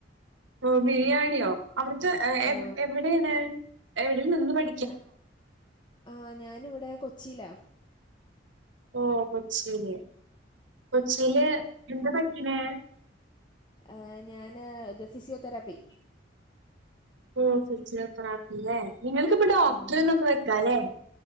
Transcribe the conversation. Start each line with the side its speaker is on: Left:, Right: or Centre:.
Right: ഓ ബിരിയാണിയോ അവിടുത്തെ
Left: ആ
Right: എവിടൊണ് എവിടെ നിന്ന് പഠി
Left: ഞ ആ ഞാനിവിടെ കൊച്ചിയിലാ
Right: ഓഹ് കൊച്ചീല്. കൊച്ചീല് എന്താ പഠിക്ക്ണേ
Left: ഏഹ് ഞാന് ഇത് ഫിസിയോതെറാപ്പി
Right: ഓ തിരിച്ച നക്കല്ലേ നിങ്ങൾക്ക്ിപ്പ ഡോക്ടർന്നൊക്കെ
Left: ഉം.
Right: വെക്കാല്ലേ